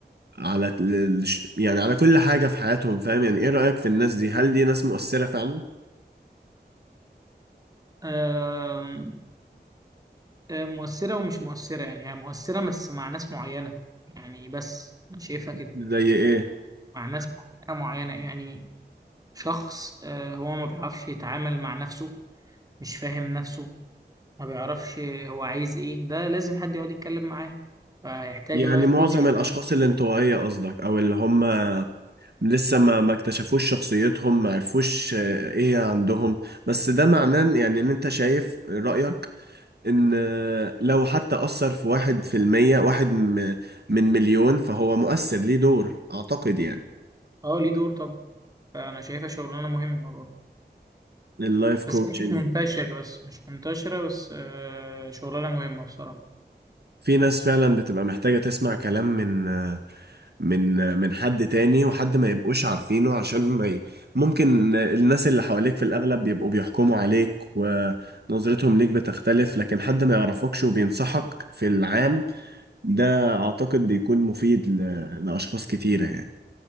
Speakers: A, on the right (about 65°); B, on the right (about 20°).
A: على ال يعني على كل حاجة في حياتهم فاهم يعني ايه رأيك في الناس دي هل دي ناس مؤثرة فعلا
B: ايه آه، مؤثرة ومش مؤثرة يعني هي مؤثرة بس مع ناس معينة يعني بس أنا شايفها كده
A: زي ايه
B: مع ناس معينة معينة يعني شخص آه، هو ما بيعرفش يتعامل مع نفسه مش فاهم نفسه ما بيعرفش هو عايز إيه ده لازم حد يقعد يتكلم معاه فيحتاج
A: يعني
B: اللايف
A: معظم
B: كوتشنج
A: الأشخاص
B: ده
A: الانطوائية قصدك أو اللي هم لسه ما ما اكتشفوش شخصيتهم ما عرفوش آه، ايه عندهم بس ده معناه يعني ان انت شايف رأيك ان آه، لو حتى أثر في واحد في المية واحد م- من مليون فهو مؤثر ليه دور أعتقد يعني
B: أه ليه دور طبعا فأنا شايفها شغلانة مهمة برضه
A: اللايف
B: بس
A: كوتشنج
B: هي مش منتشرة بس مش منتشرة بس آه، شغلانة مهمة بصراحة
A: في ناس فعلا بتبقى محتاجة تسمع كلام من آه، من من حد تاني وحد ما يبقوش عارفينه عشان ما ي... ممكن الناس اللي حواليك في الأغلب بيبقوا بيحكموا عليك ونظرتهم ليك بتختلف لكن حد ما يعرفكش وبينصحك في العام ده أعتقد بيكون مفيد ل... لأشخاص كتيرة يعني